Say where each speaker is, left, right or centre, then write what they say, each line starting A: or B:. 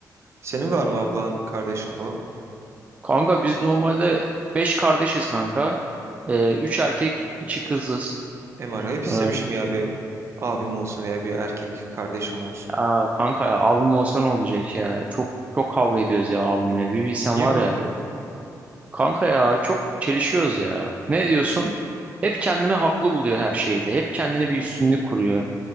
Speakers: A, on the right; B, on the right.
A: Senin var mı ablan, kardeşin falan?
B: Kanka biz normalde 5 kardeşiz kanka. Ee, 3 erkek 2 kızız.
A: Em acayip istemişim
B: Ee,
A: ya bir abim olsun veya bir erkek kardeşim olsun.
B: aa, kanka ya abim olsa ne olacak ya? Çok çok kavga ediyoruz ya abimle. Bir bilsen
A: Niye
B: var
A: kanka?
B: ya. Kanka ya çok çelişiyoruz ya. Ne diyorsun? Hep kendini haklı buluyor her şeyde. Hep kendini bir üstünlük kuruyor.